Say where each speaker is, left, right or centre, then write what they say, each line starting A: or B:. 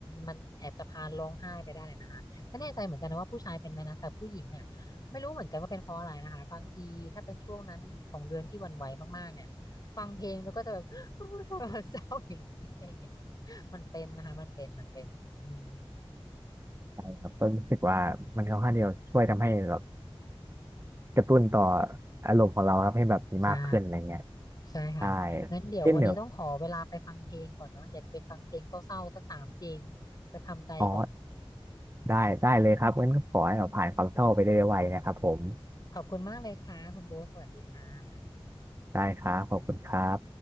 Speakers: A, on the left; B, on the right.
A: มันแอบจะพาร้องไห้ไปได้เลยนะคะไม่แน่ใจเหมือนกันนะว่าผู้ชายเป็นไหมนะแต่ผู้หญิงอ่ะไม่รู้เหมือนกันว่าเป็นเพราะอะไรนะคะบางทีถ้าเป็นช่วงนั้นของเดือนที่หวั่นไหวมากๆเนี่ยฟังเพลงแล้วก็จะแบบ <gasps> โอ้ทำไมมันเศร้าอย่างนี้อะไรอย่างเงี้ยมันเป็นนะคะมันเป็นมันเป็นอืม
B: แบบก็รู้สึกว่ามันค่อนข้างที่จะช่วยทำให้แบบกระตุ้นต่ออารมณ์ของเราครับให้แบบมีมากขึ้นอะไรเงี้ย
A: ใช่ ใช่ค่ะงั้นเดี๋ยววันนี้ต้องขอเวลาไปฟังเพลงก่อนเนาะอยากจะไปฟังเพลงเศร้าๆสักสามเพลง
B: ใช่เช่นเดียว
A: ไปทำใจก่อน
B: อ๋อได้ได้เลยครับงั้นก็ขอให้เราผ่านความเศร้าไปได้ไวนะครับผม
A: ขอบคุณมากเลยค่ะคุณโบทสวัสดีค่ะ
B: ได้ครับขอบคุณครับ